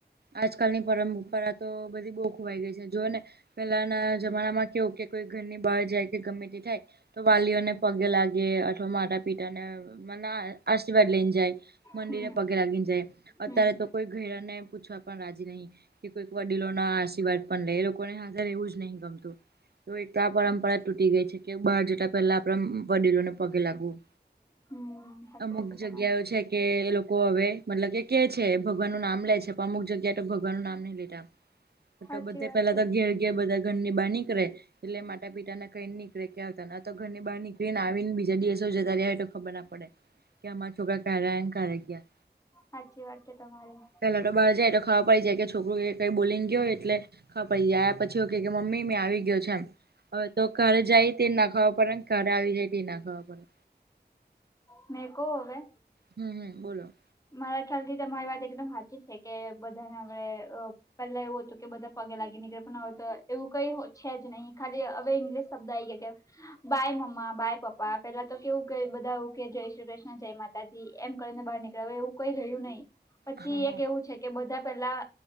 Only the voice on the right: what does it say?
આજકાલની પરંપરા તો બધી બઉ ખોવાઈ ગઈ છે જોવો ને પહેલાના જમાનામાં કેવું કે કોઈ ઘરની બહાર જાય કે ગમે તે થાય તો વાલીઓને પગે લાગે અથવા માતા પિતા ને માં ના આશીર્વાદ લઈને જાય મંદિરને
પગે લાગીને જાય અત્યારે
તો કોઈ <unintelligible> ને પૂછવા પણ રાજી નહીં. કે કોઈક વડીલો ના આશીર્વાદ પણ લે એ લોકોને હાજર એવું જ નહીં ગમતું. તો એક તો આ પરંપરા તૂટી ગઈ છે કે બહાર જતા પહેલા આપડા વડીલોને પગે લાગવું.
અમુક
જગ્યાઓ
છે કે એ લોકો હવે મતલબ કે કે છે ભગવાન નું નામ લે છે પણ અમુક જગ્યાએ તો ભગવાનનું નામ નહી લેતા.
તો બધે
પેલા
તો ઘેર ઘેર બધા ઘરની બાર નીકળે કરે એટલે માતા પિતાના કઈને નીકળે ક્યા આ તો ઘરની બહાર નીકળીને આવી ને બીજા દિવસો જતાય રે તો ખબર ના પડે કે અમારા છોકરા કયારે આઈન કયારે ગયા.
પેલા તો બાર જાય તો ખબર પડી જાય કે છોકરું એ કઈ બોલીન ગયો હોય એટલે ખબર પડી જાય આયા પછી હો કે કે મમ્મી મેં આવી ગયો છે એમ. હ તો કારે જાય તે જ ના ખબર પડે ને કારે આવી જાય તે જ ના ખબર પડે.
હમ હમ બોલો.
હા હા